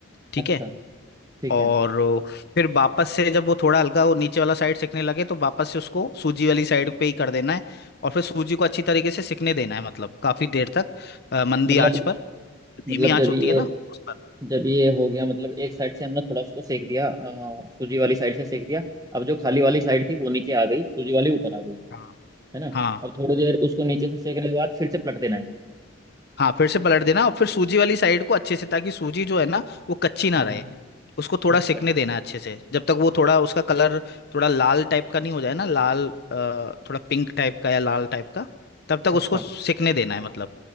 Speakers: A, on the left; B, on the right.
A: ठीक
B: अच्छा
A: है
B: ठीक
A: और
B: है
A: फिर वापस से जब वो थोड़ा हल्का वो नीचे वाला साइड सिकने लगे तो वापस से उसको सूजी वाली साइड पे ही कर देना है और फिर सूजी को अच्छी तरीके से सिकने देना है मतलब काफी देर तक अ, मंदी
B: मतलब
A: आंच पर धीमी
B: मतलब जब
A: आंच होती
B: ये
A: है ना उस पर
B: जब ये हो गया मतलब एक साइड से हमने थोड़ा उसको सेक दिया अ, सूजी वाली साइड से सेक दिया अब जो खाली वाली साइड थी वो नीचे आ गई सूजी वाली ऊपर आ गई
A: हाँ
B: है ना
A: हाँ
B: अब थोड़ी देर उसको नीचे से सेकने के बाद फिर से पलट देना है
A: हाँ फिर से पलट देना और फिर सूजी वाली साइड को अच्छे से ताकि सूजी जो है ना वो कच्ची ना
B: हम्म,
A: रहे उसको थोड़ा
B: अच्छा
A: सिकने देना है अच्छे से जब तक वो थोड़ा उसका कलर थोड़ा लाल टाइप का नहीं हो जाए ना लाल अ, थोड़ा पिंक टाइप का या लाल टाइप का तब तक
B: अच्छा
A: उसको सिकने देना है मतलब